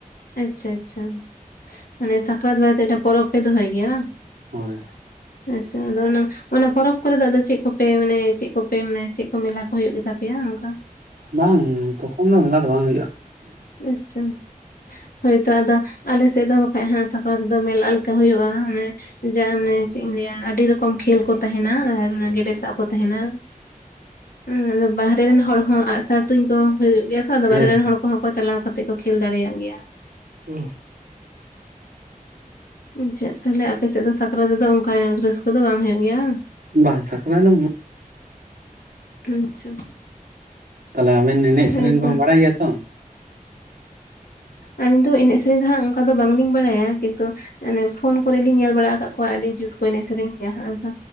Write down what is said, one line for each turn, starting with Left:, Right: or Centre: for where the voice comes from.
Left: ᱟᱪᱪᱷᱟ ᱟᱪᱪᱷᱟ ᱢᱟᱱᱮ ᱥᱟᱠᱨᱟᱛ ᱵᱟᱨᱮᱛᱮ ᱢᱤᱫᱴᱟᱱ ᱯᱚᱨᱚᱵᱽ ᱯᱮ ᱫᱚᱦᱚᱭ ᱜᱮᱭᱟ ᱵᱟᱝ?
Right: ᱦᱳᱭ
Left: ᱟᱪᱪᱷᱟ ᱟᱫᱚ‌ ᱚᱱᱟ ᱚᱱᱟ ᱯᱚᱨᱚᱵᱽ ᱠᱚᱨᱮ ᱫᱚ ᱟᱫᱚ, ᱪᱮᱫ ᱠᱚᱯᱮ ᱢᱟᱱᱮ ᱪᱮᱫ ᱠᱚᱯᱮ ᱢᱟᱱᱮ ᱪᱮᱫ ᱠᱚ ᱢᱮᱞᱟ ᱠᱚ ᱦᱳᱭᱳᱜ ᱜᱮᱛᱟᱯᱮᱭᱟ ᱚᱱᱠᱟ?
Right: ᱵᱟᱝ, ᱛᱚᱠᱷᱚᱱ ᱫᱚ ᱢᱮᱞᱟ ᱫᱚ ᱵᱟᱝ ᱦᱳᱭᱳᱜᱼᱟ᱾
Left: ᱟᱪᱪᱷᱟ᱾ ᱦᱳᱭᱛᱚ ᱟᱫᱚ ᱟᱞᱮ ᱥᱮᱫ ᱫᱚ ᱵᱟᱠᱷᱟᱡ ᱦᱟᱸᱜ ᱥᱟᱠᱨᱟᱛ ᱫᱚ ᱢᱮᱞᱟ ᱞᱮᱠᱟ ᱦᱳᱭᱳᱜᱼᱟ ᱢᱟᱱᱮ ᱡᱟ ᱢᱟᱱᱮ ᱪᱮᱫ ᱤᱧ ᱞᱟᱹᱭᱟ ᱟᱹᱰᱤ ᱨᱚᱠᱚᱢ ᱠᱷᱮᱞ ᱠᱚ ᱛᱟᱦᱮᱱᱟ ᱟᱨ ᱚᱱᱟ ᱜᱮᱰᱮ ᱥᱟᱵ ᱠᱚ ᱛᱟᱦᱮᱱᱟ, ᱩ ᱟᱫᱚ ᱵᱟᱦᱟᱨᱮ ᱨᱮᱱ ᱦᱚᱲ ᱦᱚᱸ ᱟᱸᱜᱼᱥᱟᱨ ᱛᱩᱧ ᱠᱚ ᱦᱩᱭᱩᱜ ᱜᱮᱭᱟ ᱛᱚ, ᱟᱫᱚ ᱵᱟᱦᱟᱨᱮ
Right: ᱦᱮᱸ
Left: ᱨᱮᱱ ᱦᱚᱲ ᱠᱚᱦᱚᱸ ᱠᱚ ᱪᱟᱞᱟᱣ ᱠᱟᱛᱮ ᱠᱚ ᱠᱷᱮᱞ ᱫᱟᱲᱮᱭᱟᱜ ᱜᱮᱭᱟ᱾
Right: <inaudible>
Left: ᱪᱮᱫ ᱛᱟᱦᱚᱞᱮ ᱟᱯᱮ ᱥᱮᱫ ᱫᱚ ᱥᱟᱠᱨᱟᱛ ᱨᱮᱫᱚ ᱚᱱᱠᱟ ᱨᱟᱹᱥᱠᱟᱹ ᱫᱚ ᱵᱟᱝ ᱦᱳᱭᱳᱜ ᱜᱮᱭᱟ ᱵᱟᱝ?
Right: ᱵᱟᱜ ᱥᱟᱠᱨᱟᱛ ᱵᱩᱛ
Left: ᱟᱪᱪᱷᱟ᱾
Right: ᱛᱟᱦᱚᱞᱮ ᱟᱵᱮᱱ ᱮᱱᱮᱡ ᱥᱮᱨᱮᱧ
Left: ᱦᱮᱸᱛᱚ
Right: ᱠᱚ ᱵᱟᱲᱟᱭ ᱜᱮᱭᱟ ᱛᱚ?
Left: ᱟᱹᱞᱤᱧ ᱫᱚ ᱮᱱᱮᱡ ᱥᱮᱨᱮᱧ ᱫᱚ ᱦᱟᱸᱜ ᱚᱱᱠᱟ ᱫᱚ ᱵᱟᱝᱞᱤᱧ ᱵᱟᱲᱟᱭᱟ ᱠᱤᱱᱛᱩ ᱚᱱᱮ ᱯᱷᱳᱱ ᱠᱚᱨᱮ ᱞᱤᱧ ᱧᱮᱞ ᱵᱟᱲᱟ ᱠᱟᱜ ᱠᱚᱣᱟ ᱟᱹᱰᱤ ᱡᱩᱛ ᱠᱚ ᱮᱱᱮᱡ ᱥᱮᱨᱮᱧ ᱜᱮᱭᱟ᱾ ᱟᱫᱚ